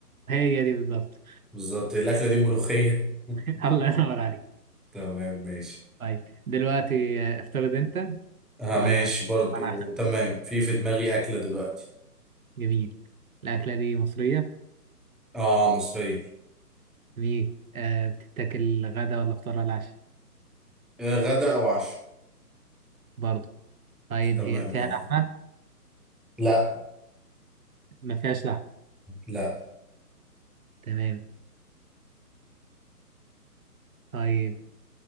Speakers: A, on the right; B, in the centre.
A: هي دي بالظبط
B: بالظبط الاكله دي ملوخيه <laughs>
A: <laughs> الله ينور عليك
B: تمام ماشي
A: طيب دلوقتي آه، افترض انت
B: اه
A: وانا
B: ماشي برضو
A: انا
B: تمام في في دماغي اكله دلوقتي
A: جميل الاكله دي مصريه
B: اه مصريه
A: جميل آه بتتاكل غدا ولا فطار ولا عشاء
B: آه، غدا او عشاء
A: برضه طيب
B: تمام
A: هي فيها
B: آه.
A: لحمه
B: لا
A: ما فيهاش لحمه
B: لا
A: تمام طيب